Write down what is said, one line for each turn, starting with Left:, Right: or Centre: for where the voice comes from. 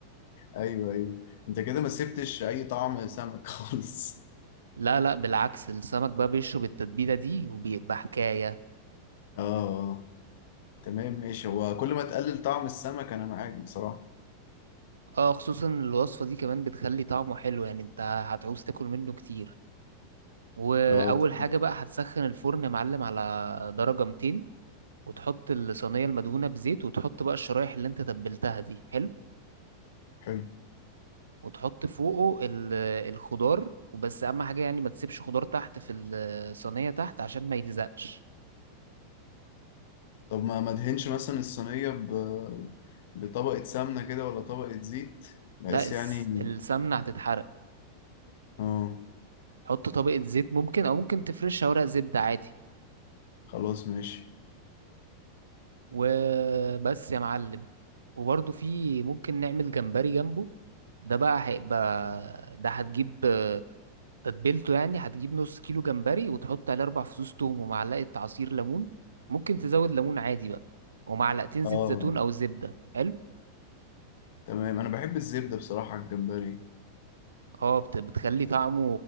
Left: أيوه أيوه أنت كده ما سبتش أي طعم سمك <laughs> خالص
Right: لا لا بالعكس السمك بقى بيشرب التتبيلة دي وبيبقى حكاية
Left: اه اه تمام ماشي هو كل ما تقلل طعم السمك أنا معاك بصراحة
Right: اه خصوصا الوصفة دي كمان بتخلي طعمه حلو يعني انت هتعوز تاكل منه كتير وأول
Left: اه طيب،
Right: حاجة بقى هتسخن الفرن يا معلم على درجة 200 وتحط الصينية المدهونة بزيت وتحط بقى الشرايح اللي انت تبلتها دي حلو
Left: حلو
Right: وتحط فوقه ال- الخضار وبس أهم حاجة يعني ما تسيبش خضار تحت في الصينية تحت عشان ما يلزقش
Left: طب ما ما ادهنش مثلا الصينية ب... بطبقة سمنة كده ولا طبقة زيت بحيث
Right: لا الس-
Left: يعني
Right: السمنة هتتحرق
Left: اه
Right: حط طبقة زيت ممكن أو ممكن تفرشها ورق زبدة عادي
Left: خلاص ماشي
Right: وبس يا معلم وبرضه في ممكن نعمل جمبري جنبه ده بقى هيبقى ده هتجيب آه، تتبيلته يعني هتجيب نص كيلو جمبري وتحط عليه أربع فصوص توم ومعلقة عصير ليمون ممكن تزود ليمون عادي بقى ومعلقتين زيت
Left: اه
Right: زيتون أو زبدة حلو
Left: تمام أنا بحب الزبدة بصراحة على الجمبري
Right: اه بت- بتخلي طعمه